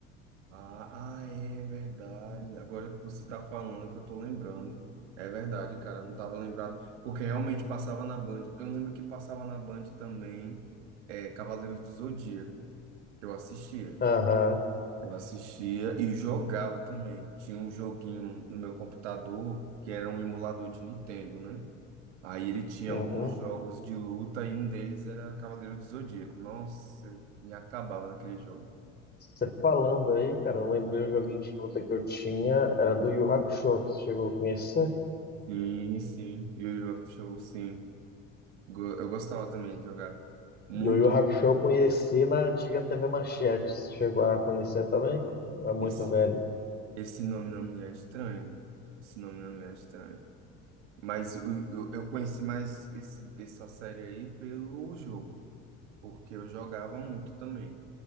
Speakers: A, on the right; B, on the left.
A: Ah, ah, é verdade. Agora que você tá falando que eu tô lembrando. É verdade, cara, eu não tava lembrado. Porque realmente passava na Band. Eu lembro que passava na Band também é, Cavaleiros do Zodíaco, que eu assistia.
B: Aham,
A: Eu assistia e jogava também. Tinha um joguinho no meu computador que era um emulador de Nintendo, né? Aí ele tinha
B: uhum.
A: alguns jogos de luta e um deles era Cavaleiros do Zodíaco. Nossa, eu me acabava naquele jogo.
B: Você falando aí, cara, eu lembrei o joguinho de luta que eu tinha, era do Yu Hakusho. Você chegou a conhecer?
A: Sim, sim. Yu Yu Hakusho, sim. Go- Eu gostava também de jogar. Muito.
B: E o Yu Hakusho eu conheci na antiga TV Manchete. Você Chegou a conhecer também? É muito
A: Esse,
B: velho.
A: esse nome não me é estranho. Esse nome não me é estranho. Mas o- eu, eu conheci mais esse, essa série aí pelo jogo, porque eu jogava muito também.